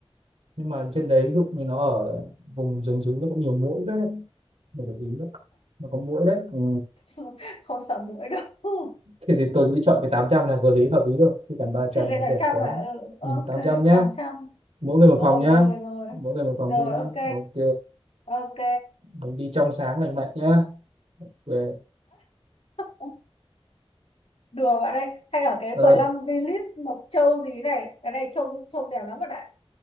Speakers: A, on the right; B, on the left.
A: nhưng mà trên đấy ví dụ như nó ở vùng rừng rú nó cũng nhiều muỗi đấy phải để ý đấy nó có muỗi đấy ừ.
B: <laughs> không sợ muỗi đâu <laughs>
A: thì, thì tôi nghĩ chọn cái 800 là vừa lý hợp lý rồi chứ còn ba
B: trừ
A: trăm
B: cái
A: nó rẻ
B: tám trăm
A: quá
B: mà ừ ok
A: ừ, 800 nhá
B: tám trăm
A: mỗi người một
B: rồi
A: phòng nhá
B: rồi rồi
A: mỗi người một phòng
B: rồi
A: riêng
B: ok
A: nhá ok
B: ok
A: mình đi trong sáng lành mạnh nhá về
B: <laughs> đùa bạn ơi hay ở cái
A: ờ,
B: Plum Village Mộc Châu gì này cái này trông trông đẹp lắm bạn ạ